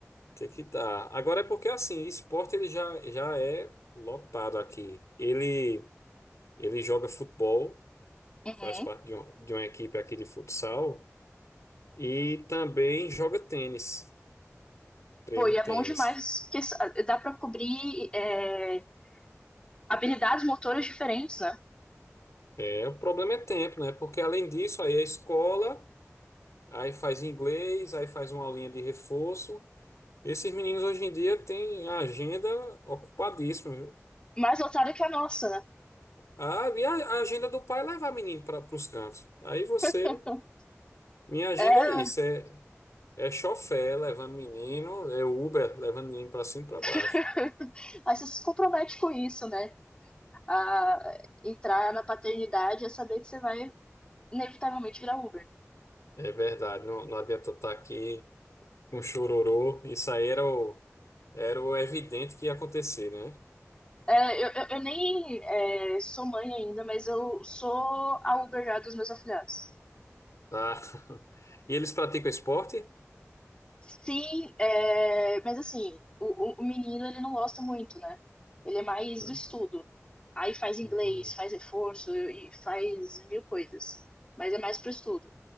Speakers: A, on the left; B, on the left.
A: tem que dar. Agora é porque, assim, esporte ele já, já é lotado aqui. Ele, ele joga futebol,
B: Uhum.
A: faz parte de uma, de uma equipe aqui de futsal. E também joga tênis, treina
B: Pô, e é
A: tênis.
B: bom demais, porque sa- dá pra cobrir é, habilidades motoras diferentes, né?
A: É, o problema é tempo, né? Porque além disso, aí a escola, aí faz inglês, aí faz uma linha de reforço. Esses meninos hoje em dia têm a agenda ocupadíssima, viu?
B: Mais lotada que a nossa, né?
A: Ah, e a, a agenda do pai é levar menino para os cantos. Aí você,
B: Então,
A: minha agenda
B: É,
A: é isso, é, é chofé levando menino, é Uber levando menino para cima e para baixo.
B: <laughs> Aí você se compromete com isso, né? A entrar na paternidade é saber que você vai inevitavelmente virar Uber.
A: É verdade, não, não adianta estar aqui com chororô. Isso aí era o Era o evidente que ia acontecer, né?
B: É, eu, eu, eu nem é, sou mãe ainda, mas eu sou a Uber já dos meus afilhados.
A: Ah. <laughs> E eles praticam esporte?
B: Sim, é, mas assim, o, o- o menino ele não gosta muito, né? Ele é mais
A: Hum.
B: do estudo. Aí faz inglês,
A: Hum.
B: faz reforço e faz mil coisas. Mas é mais pro estudo.